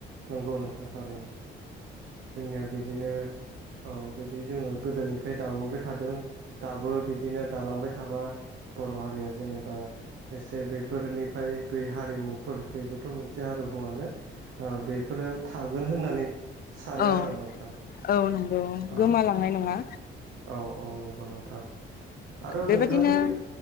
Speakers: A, on the right; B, on the left.
A: नंगौ नोंथां थारैनो जोंनिया बिदिनो औ बिदि जोङो गोदोनिफ्राय दाबोबाय थादों दाबो बिदिनो दालांबाय थाबा बर' हारिया जेनेबा एसे बेफोरनिफ्राय बै हारिमुफोर बेबोथ' मोनसे हारिमुआनो। ओ बेफोरो थागोन होननानै सानो
B: औ
A: आरो नोंथां
B: औ नंगौ
A: औ
B: गोमालांनाय नङा
A: औ औ नंगौ नोंथां आरो
B: बेबायदिनो
A: नोंथांमोननि